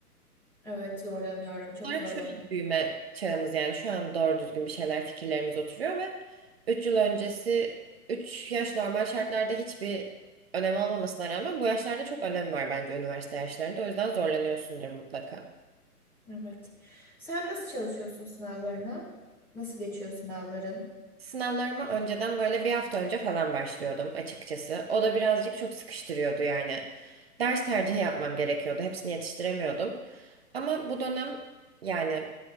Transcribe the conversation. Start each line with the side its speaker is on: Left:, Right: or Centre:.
Centre: Evet zorlanıyorum, çok
Right: olarak
Centre: zorlanıyorum.
Right: şöyle bir büyüme çağımız yani şu an doğru düzgün bir şeyler fikirlerimiz oturuyor ve 3 yıl öncesi 3 yaş normal şartlarda hiçbir önemi olmamasına rağmen bu yaşlarda çok önem var bence üniversite yaşlarında. O yüzden zorlanıyorsundur mutlaka.
Centre: Evet. Sen nasıl çalışıyorsun sınavlarına? Nasıl geçiyor sınavların?
Right: Sınavlarıma önceden böyle bir hafta önce falan başlıyordum açıkçası. O da birazcık çok sıkıştırıyordu yani. Ders tercihi yapmam gerekiyordu. Hepsini yetiştiremiyordum. Ama bu dönem yani